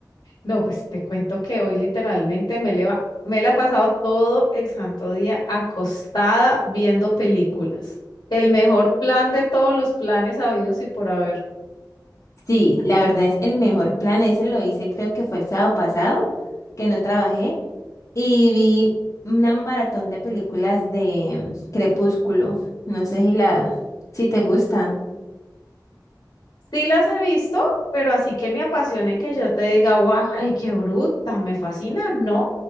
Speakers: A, on the left (about 65°); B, on the left (about 45°).
A: No, pues te cuento que hoy literalmente me, leva- me la he pasado todo el santo día acostada viendo películas. El mejor plan de todos los planes habidos y por haber.
B: Sí, la verdad es el mejor plan, ese lo hice creo que fue el sábado pasado, que no trabajé, y vi una maratón de películas de Crepúsculo, no sé si la, si te gustan.
A: Sí las he visto, pero así que me apasionen que yo te diga, guay, qué bruta, me fascina, no.